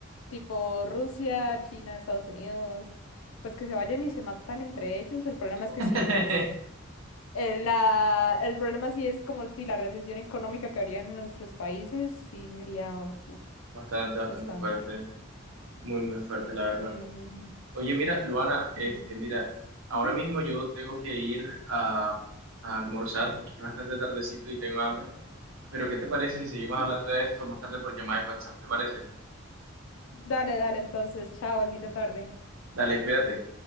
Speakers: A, on the left; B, on the right.
A: tipo Rusia, China, Estados Unidos, pues que se vayan y se matan entre ellos, el problema es que
B: <laughs>
A: sí, las, eh, la, el problema sí es como si la recesión económica que habría en nuestros países, sí sería, uf,
B: Bastante, bastante
A: bastante.
B: fuerte, muy, muy fuerte,
A: Ujú,
B: la verdad.
A: ujú.
B: Oye, mira, Luana, este,
A: Sí.
B: mira, ahora
A: Ujú,
B: mismo yo tengo que ir a, a almorzar porque es bastante tardecito y tengo hambre. Pero, ¿qué te parece si seguimos hablando
A: ujú.
B: de esto más tarde por llamada en WhatsApp? ¿Te parece?
A: Dale, dale, entonces, chao, linda tarde.
B: Dale, cuídate.